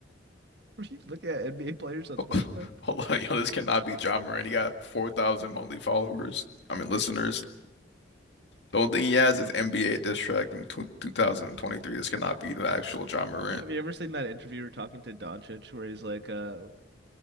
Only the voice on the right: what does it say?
<laughs> Were you looking at NBA players on Spotify?
Have you ever seen that interviewer talking to Doncic where he's like, uh,